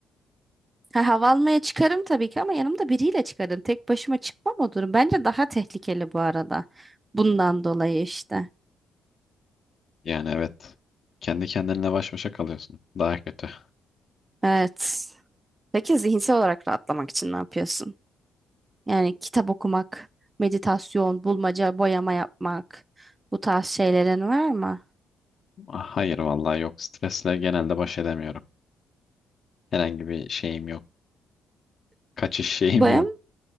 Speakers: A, on the right (about 20°); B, on the left (about 50°).
A: Ha, hava almaya çıkarım tabii ki ama yanımda biriyle çıkarım. Tek başıma çıkmam o durum. Bence daha tehlikeli bu arada. Bundan dolayı işte.
B: Yani evet. Kendi kendinle baş başa kalıyorsun. Daha kötü.
A: Evet. Peki zihinsel olarak rahatlamak için ne yapıyorsun? Yani kitap okumak, meditasyon, bulmaca, boyama yapmak bu tarz şeylerin var mı?
B: Ah, Hayır vallahi yok. Stresle genelde baş edemiyorum. Herhangi bir şeyim yok. Kaçış şeyim
A: Bayım,
B: yok.